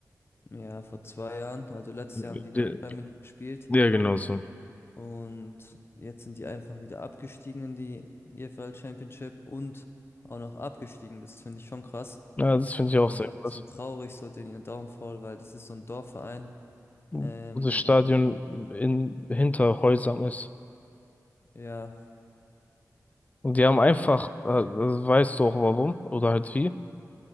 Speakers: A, on the left; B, on the left.
A: ja vor zwei Jahren, also letztes Jahr haben
B: Ja,
A: die ja noch Premier League gespielt.
B: ja, genau so.
A: Und jetzt sind die einfach wieder abgestiegen in die EFL Championship und auch noch abgestiegen. Das finde ich schon krass.
B: Ja, das finde ich auch
A: Und
B: sehr
A: auch ein
B: krass.
A: bisschen traurig, so den ihr Downfall, weil das ist so ein Dorfverein.
B: wo
A: Ähm,
B: das Stadion
A: und
B: in, hinter Häusern ist.
A: ja,
B: Und die haben einfach, äh, also weißt du auch warum oder halt wie,